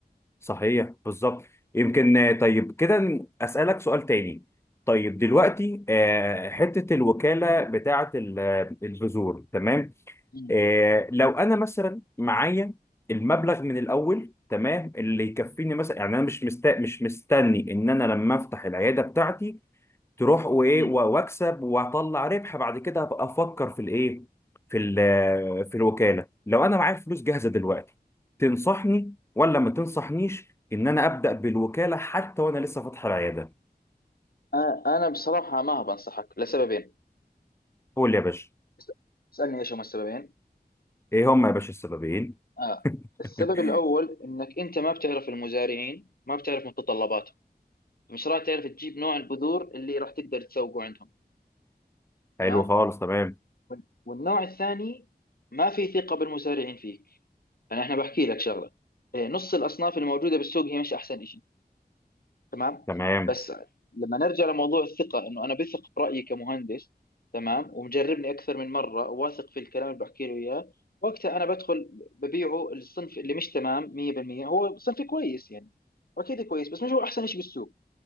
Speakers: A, on the left; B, on the left.
A: صحيح بالظبط يمكن طيب كده اسالك سؤال تاني طيب دلوقتي
B: آه.
A: آه، حته الوكاله بتاعه ال- البذور تمام
B: مم.
A: آه، لو انا مثلا معايا المبلغ من الاول تمام اللي يكفيني مثلا يعني انا مش مست... مش مستني ان انا لما افتح العياده بتاعتي تروح وايه
B: مم.
A: و- واكسب واطلع ربح بعد كده ابقى افكر في الايه في ال... في الوكاله لو انا معايا فلوس جاهزه دلوقتي تنصحني ولا ما تنصحنيش ان انا ابدا بالوكاله حتى وانا لسه فاتح العياده
B: آه، أنا بصراحة ما بنصحك لسببين
A: قول لي يا باشا
B: اس- اسألني إيش هما السببين
A: ايه هم يا باشا السببين
B: آه. السبب
A: <laughs>
B: الأول إنك أنت ما بتعرف المزارعين ما بتعرف متطلباتهم مش راح تعرف تجيب نوع البذور اللي راح تقدر تسوقه عندهم
A: حلو
B: تمام
A: خالص تمام
B: وال- والنوع الثاني ما في ثقة بالمزارعين فيك أنا إحنا بحكي لك شغلة آه، نص الأصناف الموجودة بالسوق هي مش أحسن تمام
A: تمام
B: بس لما نرجع لموضوع الثقة انه انا بثق برأيي كمهندس تمام ومجربني اكثر من مرة واثق في الكلام اللي بحكي له اياه وقتها انا بدخل ببيعه الصنف اللي مش تمام 100% هو صنف كويس يعني واكيد كويس بس مش هو احسن شيء بالسوق